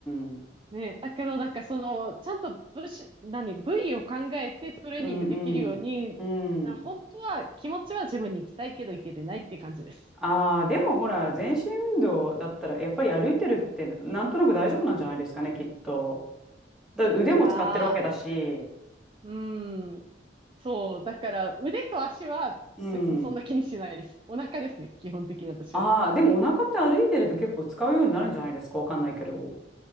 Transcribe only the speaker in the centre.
うん。
うんうん。う
ん。
ああ、でもほら、全身運動だったら、やっぱり歩いてるって、なんとなく大丈夫なんじゃないですかね、きっと。だって腕も使ってるわけだし。
うん。
ああ、でもお腹って歩いてると結構使うようになるんじゃないですか、わかんないけど。